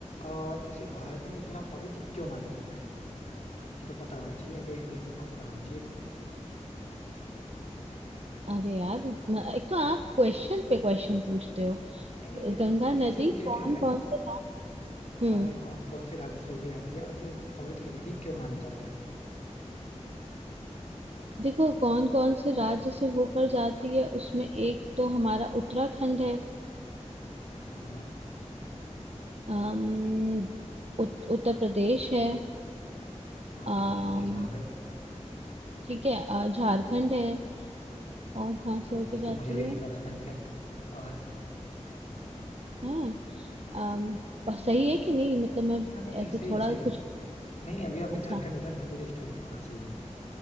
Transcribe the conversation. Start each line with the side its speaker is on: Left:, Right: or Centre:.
Left: और इसे भारत में इतना पवित्र क्यों माना जाता है ये तो पता होना चाहिए ऐसे इंडियन सबको पता होना चाहिए तो
Right: अरे यार म- एक तो आप क्वेश्चन पे क्वेश्चन पूछते हो
Left: नहीं नहीं ये
Right: गंगा नदी
Left: उसी से रिलेटेड
Right: कौन
Left: है
Right: कौन से रा- हम्म
Left: हाँ हाँ कौन कौन से राज्य से होके जाती है और इसे इतनी पवित्र नदी क्यों माना जाता है
Right: देखो कौन कौन से राज्य से होकर जाती है उसमें एक तो हमारा उत्तराखंड है
Left: हाँ हाँ
Right: अम्म, उत, उत्तर प्रदेश है
Left: हाँ,
Right: अम,
Left: ठीक है सही जवाब है
Right: ठीक है अ, झारखंड है और कहाँ से
Left: अ,
Right: होके
Left: ये
Right: जाती
Left: तो मुझे भी नहीं
Right: है
Left: पता था इनफैक्ट और
Right: हैं अम, प- सही है कि नहीं मतलब मैं
Left: हाँ नहीं नहीं
Right: ऐसे
Left: सही
Right: थोड़ा
Left: है सही है
Right: कुछ
Left: नहीं नहीं अभी आपने
Right: अच्छा
Left: झारखंड बताया फिर मुझे स्ट्राइक हुआ हाँ सही है